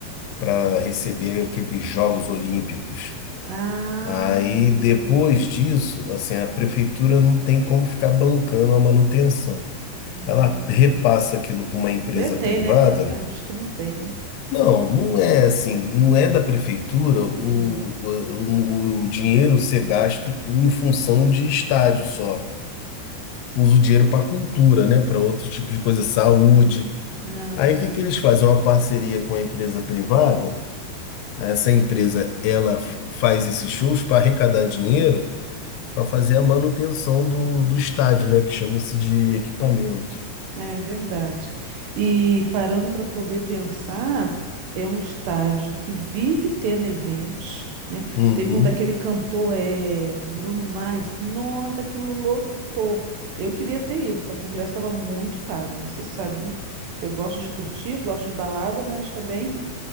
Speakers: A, on the left; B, on the right.
A: para receber aqueles Jogos Olímpicos.
B: Ah,
A: Aí
B: foi.
A: depois disso, assim, a prefeitura não tem como ficar bancando a manutenção.
B: Hum.
A: Ela repassa aquilo para uma empresa
B: Te- Tem,
A: privada.
B: né? Ah, diz que não tem, né?
A: Não, não é assim, não é da prefeitura o,
B: Hum.
A: o, o, o dinheiro ser gasto em função de estádio só. Usa o dinheiro para cultura, né? Para outro tipo de coisa, saúde.
B: Não
A: Aí
B: sei.
A: o que que eles fazem? Uma parceria com a empresa privada. Essa empresa, ela f- faz esses shows para arrecadar dinheiro para fazer a manutenção do, do estádio, né? Que chama-se de equipamento.
B: É verdade. E parando para poder pensar, é um estádio que vive tendo eventos, né?
A: Uhum.
B: Teve um daquele cantor, é, Bruno Mars. Nossa, aquilo lotou. Eu queria ter ido, só que o ingresso estava muito caro, você sabe, né? Eu gosto de curtir, gosto de balada, mas também